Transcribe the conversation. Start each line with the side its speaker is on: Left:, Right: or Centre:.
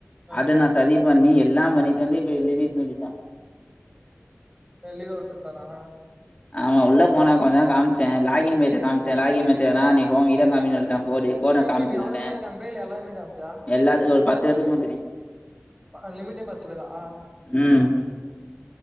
Right: ஆ
Left: அத நா சரி பண்ணி எல்லா பண்ணிட்டு வந்து இப்ப லீவ் இட் சொல்லிடா
Right: லீ அவுட்டுட்டானா
Left: ஆமா உள்ள போனா கொஞ்ச தா காமிச்ச லாகின் பேஜ் காமிச்ச லாகின் பேஜ் வேண்டா நீ ஹோம் இத காமின்னு சொல்ட்டா கோடு கோட
Right: இப்ப எப்டி
Left: காம்ச்சத்துமே
Right: நீ அவனுக்கு மட்டு காமிப்பியா இல்ல எல்லாருமே காமிப்பியா
Left: எல்லாத்துக்கும் ஒரு பத்து பேத்துக்குமே தெரியு
Right: அ லிமிட்டே பத்து பேர் தா
Left: ம்